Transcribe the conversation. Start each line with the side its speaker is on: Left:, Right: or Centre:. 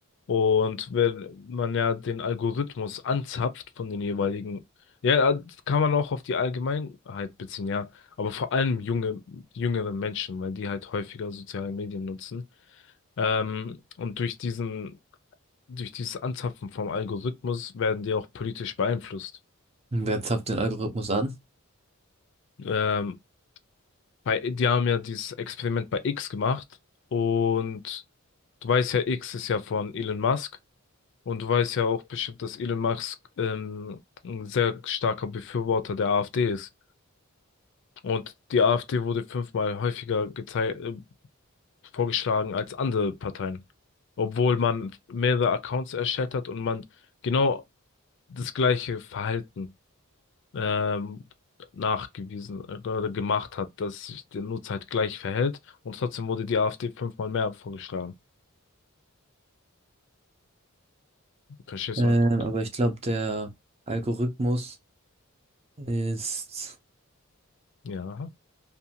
Left: Und wenn man ja den Algorithmus anzapft von den jeweiligen, ja, das kann man auch auf die Allgemeinheit beziehen, ja, aber vor allem junge, jüngere Menschen, weil die halt häufiger soziale Medien nutzen. Ähm, und durch diesen durch dieses Anzapfen vom Algorithmus werden die auch politisch beeinflusst.
Right: Wer zapft den Algorithmus an?
Left: Ähm, bei, die haben ja dieses Experiment bei X gemacht und du weißt ja, X ist ja von Elon Musk und du weißt ja auch bestimmt, dass Elon Musk ähm, ein sehr starker Befürworter der AfD ist. Und die AfD wurde fünfmal häufiger gezei- äh, vorgeschlagen als andere Parteien, obwohl man mehrere Accounts erstellt hat und man genau das gleiche Verhalten ähm, nachgewiesen äh, oder gemacht hat, dass sich der Nutzer halt gleich verhält und trotzdem wurde die AfD fünfmal mehr vorgeschlagen. Verstehst
Right: Ähm,
Left: du meinen Punkt?
Right: aber ich glaube, der Algorithmus ist,
Left: Ja.